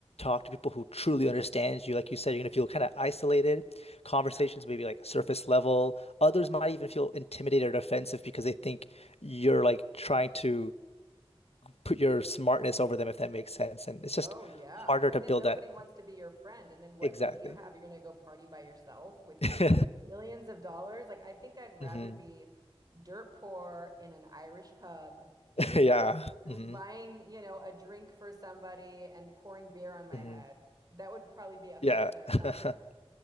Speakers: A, on the left; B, on the right.
A: talk to people who truly understands you. Like you said, you're gonna feel kind of isolated.
B: Yeah.
A: Conversations may be like surface level. Others might even feel intimidated or offensive because they think you're like trying to put your smartness over them, if that makes sense. And
B: Y-
A: it's just
B: Oh yeah.
A: harder
B: And
A: to
B: then
A: build
B: nobody
A: that.
B: wants to be your friend. And then what
A: Exactly.
B: what do you have? You're gonna go party by yourself with
A: <laughs>
B: your millions of dollars? Like I think I'd rather
A: hmm
B: be dirt poor in an Irish pub,
A: <laughs> Yeah.
B: dr-
A: hmm
B: buying, you know, a drink for somebody and pouring beer on my
A: hmm
B: head. That would probably be a much
A: Yeah.
B: better
A: <laughs>
B: time.